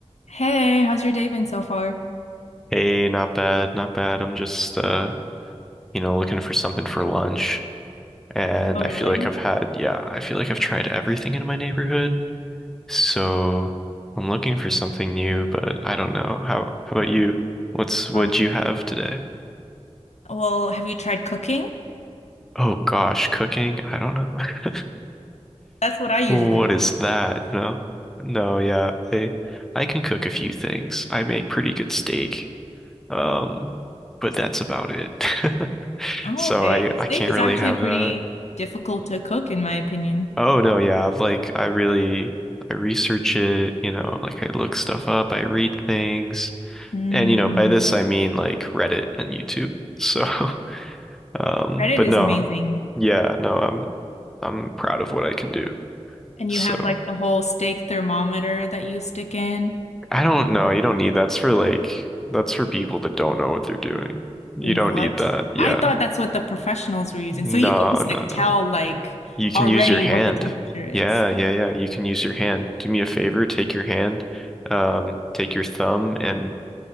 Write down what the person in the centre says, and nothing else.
Hey, not bad, not bad. I'm just uh, you know, looking for something for lunch. And
I feel like I've had, yeah, I feel like I've tried everything in my neighborhood. So I'm looking for something new, but I don't know. How how about you? What's what'd
you have today?
Oh gosh, cooking? I don't know. <laughs>
What
is that, you know? No, yeah. I I can cook a few things. I make pretty good steak. Um, but that's about it. <laughs>
So
I
I can't
really
have
that.
Oh no, yeah. I've like I really I research it, you know, like I look stuff up, I read things.
And you know, by this I mean like Reddit and YouTube. So, <laughs> um,
but
no.
Yeah, no, I'm I'm proud of what I can do.
So,
I don't know, you don't need that's for like that's for people that don't know what they're doing. You
don't need that. Yeah.
No,
no, no.
You can
use your hand.
Yeah, yeah, yeah. You can use your hand. Do me a favor, take your hand, um, take your thumb and